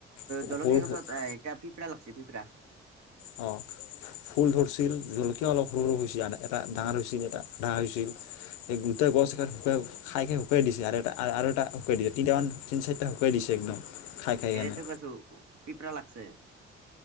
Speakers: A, on the left; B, on the right.
A: সৰু
B: জলকীয়া গছত এটা পিপৰা লাগিছে পিপৰা।
A: অ, ফুল ধৰিছিল জলকীয়া অলপ সৰু সৰু হৈছিল এটা ডাঙৰ হৈছিল এটা ডাঙৰ হৈছিল। এই দুটা গছ কাইটিবা, খাই খাই শুকুৱাই দিছে আৰু এটা আৰু এটা শুকুৱাই দিছে তিনিটামান তিন চাৰিটা শুকুৱাই দিছে একদম, খাই খাই
B: হেৰিতো
A: কেনে
B: কৈছো পিপৰা লাগিছে।